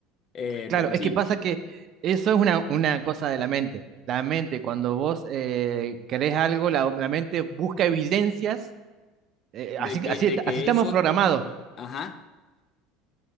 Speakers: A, on the left; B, on the right.
A: Eh,
B: Claro,
A: pero
B: es
A: sí,
B: que pasa que eso es una, una cosa de la mente. La mente, cuando vos eh, querés algo, la, la mente busca evidencias. eh,
A: de
B: así,
A: que,
B: así,
A: de
B: est-
A: que
B: así estamos
A: eso...
B: programados,
A: Ajá.